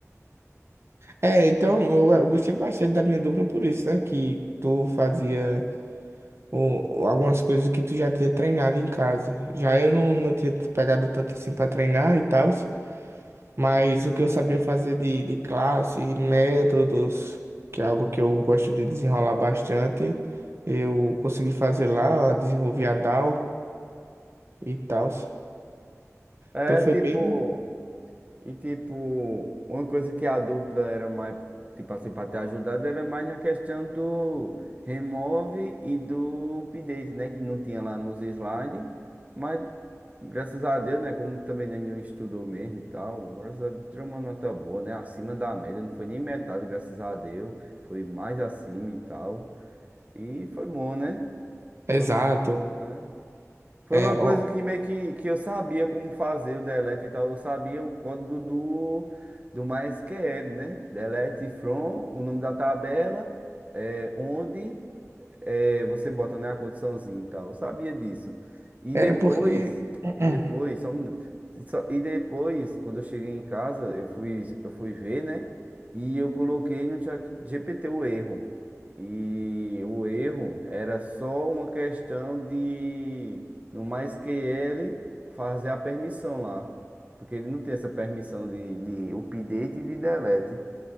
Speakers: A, on the right; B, on the right.
A: É, então eu, eu gostei bastante da minha dupla por isso, né? Que tu fazia o- algumas coisas que tu já tinha treinado em casa. Já eu não, não tinha pegado tanto assim pra treinar e tal, mas o que eu sabia fazer de, de classe, métodos, que é algo que eu gosto de desenrolar bastante, eu consegui fazer lá, desenvolvi a DAO e tal.
B: É,
A: Então foi
B: tipo,
A: bem
B: e tipo, uma coisa que a dupla era mais, tipo assim, pra ter ajudado, era mais na questão do remove e do update, né? Que não tinha lá nos slides. Mas Graças a Deus, né? Como também nenhum estudou mesmo e tal, graças a Deus tirou uma nota boa, né? Acima da média, não foi nem metade, graças a Deus, foi mais acima e tal. E foi bom, né?
A: exato.
B: Foi, né? Foi
A: É,
B: uma coisa
A: ó,
B: que meio que, que eu sabia como fazer o delete e tal, eu sabia o código do, do MySQL, né? Delete from, o nome da tabela, é, onde. É, você bota, né, a condiçãozinha e tal. Eu sabia disso. E
A: era
B: depois,
A: porque <clears throat>
B: e depois, só um minuto. E só- e depois, quando eu cheguei em casa, eu fui, eu fui ver, né? E eu coloquei no chat GPT o erro. E o erro era só uma questão de, no MySQL, fazer a permissão lá. Porque ele não tem essa permissão de, de update e de delete.